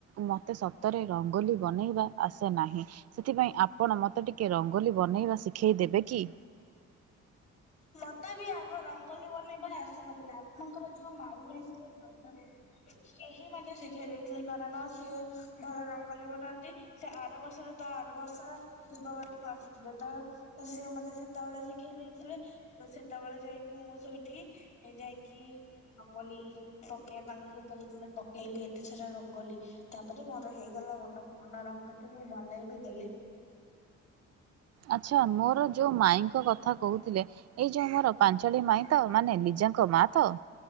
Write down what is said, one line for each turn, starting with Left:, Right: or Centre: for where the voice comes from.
Right: ମତେ ସତରେ ରଙ୍ଗୋଲି ବନେଇବା ଆସେ ନାହିଁ। ସେଥିପାଇଁ ଆପଣ ମତେ ଟିକେ ରଙ୍ଗୋଲି ବନେଇବା ଶିଖେଇ ଦେବେ କି?
Left: ମତେ ବି ଆଗ ରଙ୍ଗୋଲୀ ବନେଇବା ଆସୁନଥିଲା ଆପଣଙ୍କର ଯୋଉ ମାଳି ଆସୁ <unintelligible> ସିଏ ହିଁ ମତେ ଶିଖେଇ ଦେଇଥିଲେ କାରଣ ସିଏ ଭଲ ରଙ୍ଗୋଲୀ ବନାନ୍ତି ସେ ଆର ବର୍ଷରେ ତ ବାର ବର୍ଷର ଦିବା ବେଳକୁ ଆସିଥିଲା ତ ସିଏ ମତେ ସେତେବେଳେ ଶିଖେଇ ଦେଇ ଥିଲେ ତ ସେତେବେଳେ ଯାଇକି ମୁଁ ସେଇଠି ଯାଇକି ରଙ୍ଗୋଲୀ ପକେଇ ତାଙ୍କ ସହିତ ଯେତେବେଳେ ପକେଇଲି ଏତେଥର ରଙ୍ଗୋଲୀ ତାପରେ ମୋର ହେଇଗଲା ମନକୁ ମନ ରଙ୍ଗୋଲୀ ମୁଁ ବନେଇବି ଦେଲି।
Right: ଆଚ୍ଛା ମୋର ଯୋଉ ମାଇଙ୍କ କଥା କହୁଥିଲେ ଏଇ ଯୋଉ ମୋର ପାଞ୍ଚଟି ମାଇଁ ତ ମାନେ ଲିଜ଼ାଙ୍କ ମା ତ